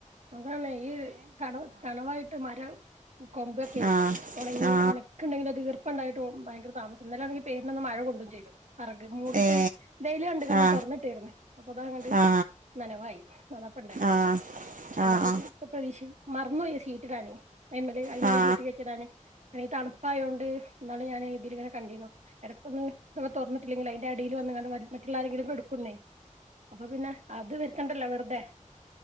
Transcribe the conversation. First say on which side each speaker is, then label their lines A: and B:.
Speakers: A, on the right; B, on the right.
A: അതാണ് ഈ തണവ തണവായിട്ട് മരം കൊമ്പൊക്കെ
B: ആ
A: ഉണങ്ങി
B: ആ
A: ഉണക്ക ഉണ്ടെങ്കിൽ അത്ർ ഇപ്പ ഉണ്ടായിട്ട് ഭയങ്കര താമസംല്ലെിൽ പേരിൽൊന്ന് മഴ കൊണ്ടും ചെയ്തു അറക് മൂടിയിട്ട്
B: ഏ
A: ഡെയിലി കണ്ട് കണ്ടൻ
B: ആ
A: തുറന്നിട്ടിരുന്നേ അപ്പൊതാ അങ്ങ്
B: ആ ആ
A: നനവായി നന്നപ്പ ഉണ്ടായത്
B: ആ ആ
A: നല്ലരു ഇ പ്രതീക്ഷ മറന്നു പോയ ചീറ്റിടാനേ അല് അമല്െ
B: ആ ആ
A: സീറ്റ കെച്ചിടാന് അെ ഈ തണുപ്പായയത്ോണ്ട് എന്നാണ് ഞാൻ ഇതില ഇങ്ങനെ കണ്ടിന്നോ ഇടരക്കൊന്നും ഇങ്ങ ത തുറന്നിട്ടില്ലെങ്കിൽ അതിന്റെ അടിൽ വന്ന്ങ്ങ മറ്റുള്ള ആരെങ്കിലും എടുക്കുന്നേ അപ്പൊ പിന്നെ അത് വർക്കണ്ടല്ലോ വെറുതെ